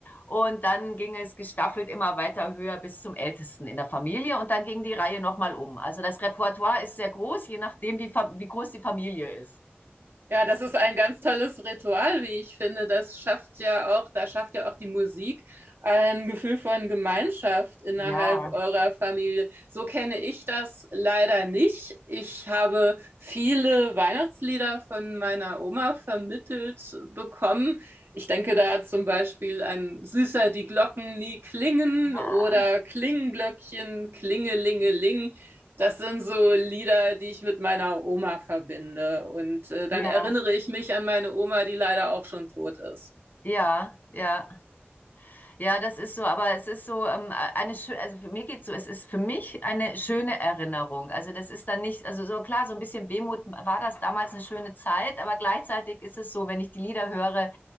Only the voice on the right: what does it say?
Ja, das ist ein ganz tolles Ritual, wie ich finde. Das schafft ja auch, da schafft ja auch die Musik ein Gefühl von Gemeinschaft innerhalb
eurer Familie. So kenne ich das leider nicht. Ich habe viele Weihnachtslieder von meiner Oma vermittelt bekommen. Ich denke da zum Beispiel an Süßer die Glocken nie klingen
oder Klingenglöckchen, Klingelingeling. Das sind so Lieder, die ich mit meiner Oma verbinde. Und äh, dann
erinnere ich mich an meine Oma, die leider auch schon tot ist.